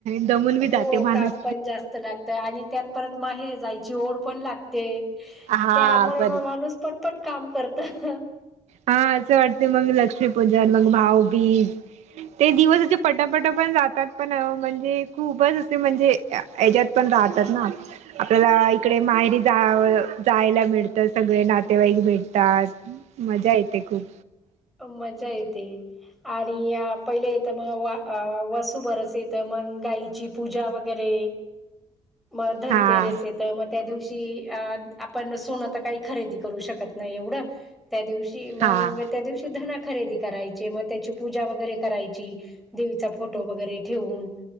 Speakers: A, on the right (about 80°); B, in the centre.
A: दमून बी
B: हो
A: जाते माणूस
B: काम पण जास्त लागतं आणि त्यात परत माहेरी जायची ओढ पण लागते
A: हा
B: त्यामुळे
A: बर
B: मग माणूस पटपट काम करतं
A: हा असं वाटते मग लक्ष्मीपूजन मग भाऊबीज ते दिवसाचे पटापट पण जातात पण म्हणजे खूपच असे म्हणजे ह्यांच्यात पण राहतात ना आपल्याला इकडे माहेरी जाव जायला मिळतं सगळे नातेवाईक जायला भेटतात मज्जा येते खूप.
B: मज्जा येते आणि पहिले येतं मग वा वासू बरस येत ते मग गायची पूजा वगैरे म धनतेरेस
A: हा
B: तर मग त्या दिव ची अ आपण सोनं तर का खरेदी करू शकत नाही एवढं त्या दिवशी
A: हा
B: मग त्या दिवशी धनं खरेदी करायची मग त्याची पूजा वगैरे करायची. देवीचा फोटो वगैरे ठेवून